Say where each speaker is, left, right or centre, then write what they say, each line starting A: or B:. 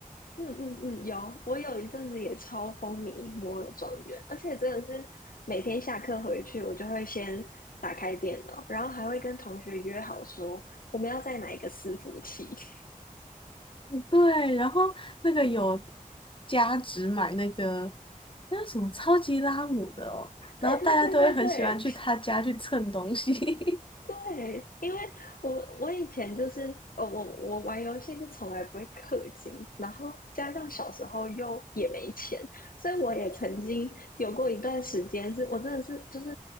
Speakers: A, on the left; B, on the left.
A: 嗯嗯嗯，有，我有一阵子也超风靡摩尔庄园，而且真的是每天下课回去，我就会先打开电脑，然后还会跟同学约好说我们要在哪一个伺服器。<laughs>
B: 对，然后那个有加值买那个那叫什么超级拉姆的哦，
A: 对对对对对，
B: 然后大家都会很喜欢去他家去蹭东西。<laughs>
A: 对，因为我我以前就是呃我我玩游戏是从来不会氪金，然后加上小时候又也没钱，所以我也曾经有过一段时间是，我真的是就是